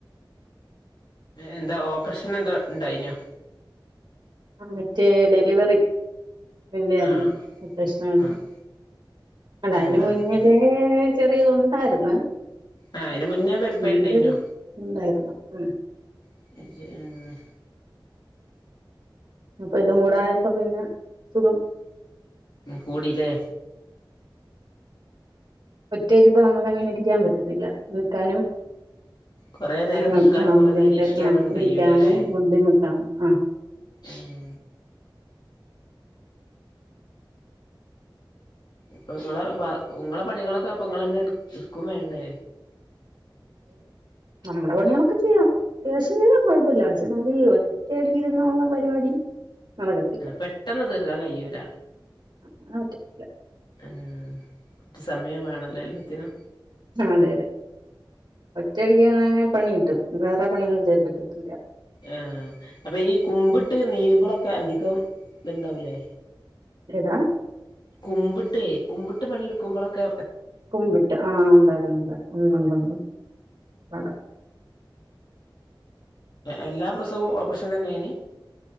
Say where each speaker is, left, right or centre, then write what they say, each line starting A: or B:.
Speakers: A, on the left (about 60°); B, on the right (about 55°).
A: എന്താ ഓപ്പറേഷൻ എന്താ ഉണ്ടായിനോ
B: ആ മറ്റേ ഡെലിവറി വന്നതായിരുന്നു
A: ആഹ്
B: പ്രശ്നമായിരുന്നു
A: ആഹ്
B: അല്ല
A: ആഹ്
B: അതിന് മുന്നിലേ
A: ആഹ്
B: ചെറിയത് ഉണ്ടായിരുന്ന്
A: ആഹ് അതിന് മുന്നേ ബാക്ക്
B: ന <unintelligible>
A: പെയിൻ ഉണ്ടായിനോ
B: ഉന്നായിരുന്നു ഉ
A: <unintelligible> ആ
B: അപ്പൊ ഇതും കൂടായപ്പോ പിന്നെ സുഖം
A: കൂടിലേ?
B: ഒറ്റതിപ്പ നമുക്ക് അങ്ങനെ ഇരിക്കാൻ പറ്റത്തില്ല നിൽക്കാനും
A: കൊറേ നേരം
B: ആ
A: നിക്കാനും
B: ആഹ
A: കൊറേ
B: ബുദ്ധിമുട്ട്
A: നേരം ഇരിക്കാനൊന്നും
B: ആഹ ഇരിക്കാനും
A: കഴിയൂലല്ലേ
B: ബുദ്ധിമുട്ടാണ്. ആഹ
A: ഏഹ് ഇപ്പൊ നിങ്ങളെ ഉങ്ങളെ പണികളൊക്കെ അപ്പ നിങ്ങളന്നെ എടുക്കും വേണ്ടേ?
B: നമ്മുടെ പണികളൊക്കെ ചെയ്യാം. <unintelligible> അ ഒറ്റയടിക്കിരുന്നള്ള പരിപാടി നടക്കത്തില്ല.
A: പെട്ടെന്ന് തീർക്കാൻ കഴൂല.
B: അങ്ങനെ പറ്റത്തില്ല.
A: കുറ്റ സമയം വേണല്ലോ എല്ലാത്തിനും.
B: അതെ അതെ ഒറ്റയടിക്ക് പണിയിട്ടും വേറെ പണിയൊന്നും ചെയ്യാൻ പറ്റത്തില്ല
A: ആഹ അപ്പൊ ഈ കുമ്പിട്ട് നീരുമ്പളൊക്കെ അധികം ഇത്ണ്ടാവൂലേ?
B: ഏതാ?
A: കുമ്പിട്ടേ കുമ്പിട്ട് പണിയെടുക്കുമ്പോളൊക്കെ
B: കുമ്പിട്ട് ആഹ ഉണ്ടായിരുന്നുണ്ട് ഉണ്ട്ുണ്ട് ഉണ്ട്ണ്ട് പട
A: എല്ലാ പ്രസവും ഓപ്പറേഷൻ തന്നെയായിന്